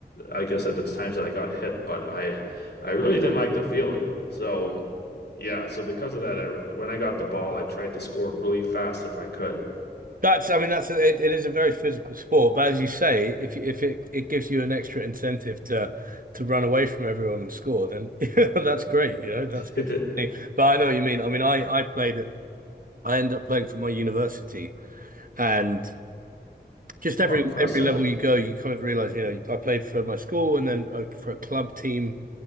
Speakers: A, on the left; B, on the right.
A: I guess at the times that I got hit, but I I really didn't like the feeling. So yeah, so because of that, I re- when I got the ball, I tried to score really fast if I could.
B: that's. I mean, that's a, it, it is a very physical sport, but as you say, if you, if it it gives you an extra incentive to to run away from everyone and score, then <laughs> that's great. You know, that's
A: <laughs>
B: good for the team. But I know what you mean. I mean, I I played it. I ended up playing for my university, and just
A: Oh,
B: every
A: impressive.
B: every level you go, you kind of realize, you know, I played for my school and then uh, for a club team